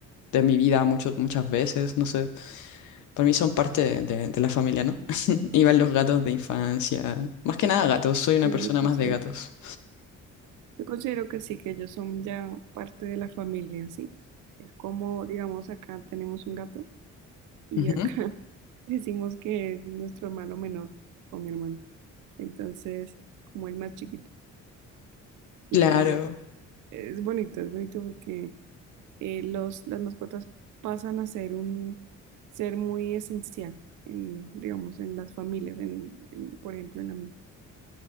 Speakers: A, on the left; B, on the right.
A: de mi vida mucho- muchas veces, no sé, para mí son parte de, de la familia, ¿no? <laughs> Iban los gatos de infancia, más que nada gatos, soy una
B: Claro
A: persona
B: que
A: más
B: sí.
A: de gatos.
B: Yo considero que sí, que ellos son ya parte de la familia en sí. Es como, digamos, acá tenemos un gato y
A: Ujú.
B: acá <laughs> decimos que es nuestro hermano menor o mi hermano. Entonces, como el más chiquito. Y
A: Claro,
B: es bonito, es bonito porque eh, los, las mascotas pasan a ser un ser muy esencial en, digamos, en las familias, en, en, por ejemplo, en la mía.